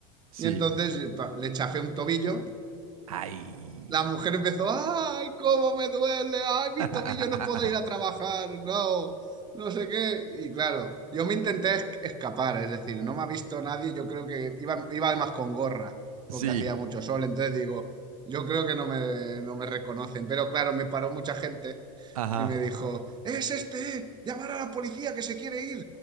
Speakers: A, on the right (about 80°); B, on the right (about 25°).
A: sí.
B: y entonces pa- le chafé un tobillo
A: Ay.
B: la mujer empezó, ay, cómo me duele, ay, mis
A: <laughs>
B: tobillos no puedo ir a trabajar, no, no sé qué. Y claro, yo me intenté es- escapar, es decir, no me ha visto nadie, yo creo que iba, iba además con gorra,
A: Sí.
B: porque hacía mucho sol, entonces digo, yo creo que no me, no me reconocen, pero claro, me paró mucha gente
A: Ajá.
B: y me dijo, es este, llamar a la policía que se quiere ir.